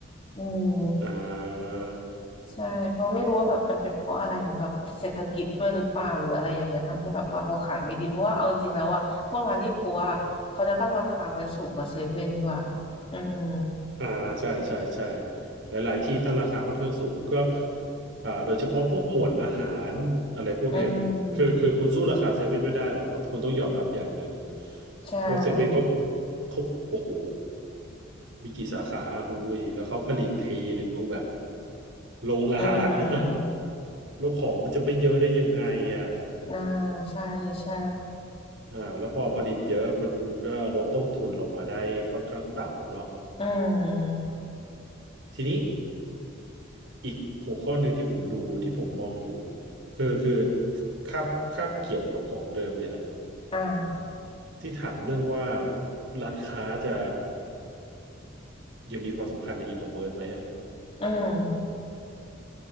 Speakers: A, on the left; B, on the right.
A: อืม
B: อ่า
A: ใช่เพราะไม่รู้ว่าแบบมันเป็นเพราะอะไรเหมือนแบบเศรษฐกิจด้วยหรือเปล่าหรืออะไรอย่างเงี้ยทำให้แบบว่าเขาขายไม่ดีเพราะว่าเอาจริงๆแล้วอ่ะพวกร้านยี่ปัวอะเขาจะตั้งราคาไว้สูงกว่าเซเว่นด้วยอืม
B: อ่าใช่ใช่ใช่หลายๆที่ตั้งราคาค่อนข้างสูงก็อ่าโดยเฉพาะพวกหมวดอาหารอะไรพวกเนี้ยคือคือคุณสู้ราคาเซเว่นไม่ได้หรอกเราคุณต้องยอมรับอย่างหนึ่ง
A: อืมใช่
B: เพราะเซเว่นเขาเขาโอ้โหมีกี่สาขาคุณอุ้ยแล้วเขาผลิตทีหนึ่งคือแบบโรงงานนะ
A: อืม
B: <laughs> แล้วของมันจะไม่เยอะได้ยังไงอ่ะ
A: อ่าใช่ใช่
B: อ่าแล้วพอผลิตเยอะมันก็ลดต้นทุนลงมาได้ค่อนข้างต่ำเนาะ
A: อืม
B: ทีนี้ อีกหัวข้อหนึ่งที่ผมดูที่ผมมองอยู่คือคือคาบคาบเกี่ยวกับของเดิมนี่แหละ
A: อ่า
B: ที่ถามเรื่องว่าร้านค้าจะยังมีความสำคัญในอีคอมเมิร์ซไหมอะ
A: อืม